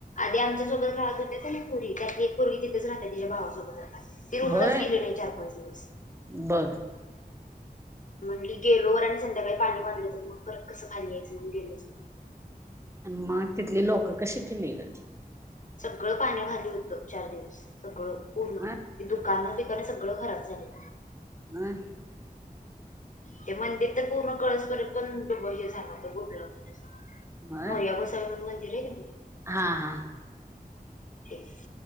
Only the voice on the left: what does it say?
आधी आमच्यासोबत राहत होत्या कनई पोरी, त्यातली एक पोरगी तिथच राहत्या तिच्या भावा सोबत आता. ते रुमलाच
गेले नाही चार पाच दिवस.
म्हणली गेलो आणि संध्याकाळी पाणी वाढलं ते मग परत कसं काय यायचं म्हणून गेलोच.
सगळं पाण्याखाली होतं चार दिवस, सगळं पूर्ण. ते
दु कानं बिकाणं सगळं खराब झालं.
ते मंदिर तर पूर्ण कळसपर्यंत पण हे झालं होतं घोटलं होतं ते सगळं.
मोर्या गोसावी मंदिर आहे की नाही
तेच